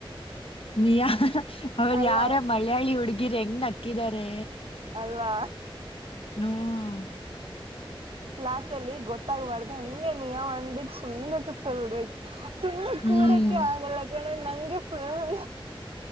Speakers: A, on the left; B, on the right.
A: ಮಿಯಾ ಅವ್ರು
B: ಅಲ್ಲ
A: ಯಾರ ಮಲಯಳಿ ಹುಡ್ಗಿರ್ ಹೆಂಗ್ ನಕ್ಕಿದ್ದಾರೆ
B: ಅಲ್ವಾ
A: ನು <unintelligible>
B: ಕ್ಲಾಸ್ ಅಲ್ಲಿ ಗೊತ್ತಾಗ್ಬಾರ್ದ ಹಂಗೆ ಮಿಯ ಅಂಧ್ಬಿಟ್ಟು ಬಿಟ್ಟ ಸುಮ್ನೆ ಕುೂತ್ಕೊಬಿಡ್ಬೇಕು ಸುಮ್ನೆ
A: ಹ್ಮ್
B: ಕೂರಕ್ಕೆ ಆಗಲ್ಲ ಗಣೆ ನಂಗೆ ಫುಲ್